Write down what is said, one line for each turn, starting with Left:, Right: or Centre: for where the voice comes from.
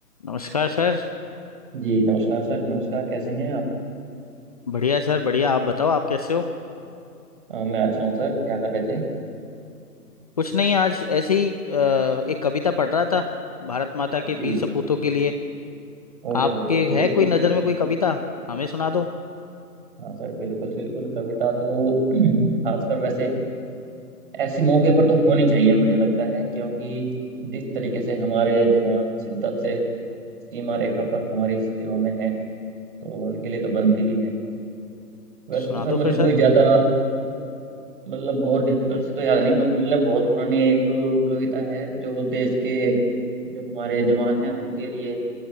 Left: नमस्कार सर
Right: जी नमस्कार सर नमस्कार कैसे हैं आप
Left: बढ़िया सर बढ़िया आप बताओ आप कैसे हो
Right: अ, मैं अच्छा हूँ सर क्या कर रहे थे
Left: कुछ नहीं आज ऐसे ही अ, एक कविता पढ़ रहा था भारत माता के वीर
Right: जी
Left: सपूतों के लिए
Right: ओहो
Left: आपके
Right: बहुत बढ़िया
Left: है
Right: बहुत
Left: कोई नज़र
Right: बढ़िया बहुत
Left: में कोई
Right: बढ़िया।
Left: कविता हमें सुना दो
Right: हाँ सर बिल्कुल बिल्कुल कविता तो <clears throat> खासकर वैसे ऐसे मौके पर तो होनी चाहिए मुझे लगता है क्योंकि जिस तरीके से हमारे जवान शिद्दत से सीमा रेखा पर हमारी सेवा में हैं तो उनके लिए तो बनती भी है वैसे
Left: तो सुना
Right: तो सर
Left: दो
Right: मुझे
Left: फिर
Right: कोई
Left: सर
Right: ज़्यादा मतलब बहुत डिफिकल्ट सी तो याद नहीं बस मतलब बहुत पुरानी एक कविता है जो देश के जो हमारे जवान हैं उनके लिए